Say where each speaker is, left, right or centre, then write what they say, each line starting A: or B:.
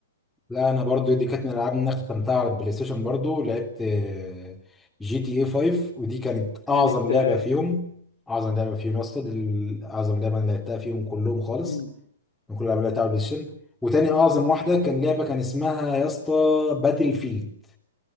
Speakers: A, in the centre; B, on the left.
A: لا انا برضو دي كانت من الالعاب اللي انا ختمتها على البلاي ستيشن برضو لعبت آه، جي تي اي 5 ودي كانت اعظم
B: كانت
A: لعبه
B: آه،
A: فيهم اعظم لعبه فيهم يا اسطى دي ال- اعظم لعبه انا لعبتها فيهم كلهم خالص
B: مم،
A: من كل الالعاب اللي لعبتها على البلاي ستيشن وتاني اعظم واحده كان لعبه كان اسمها يا اسطى باتل فيلد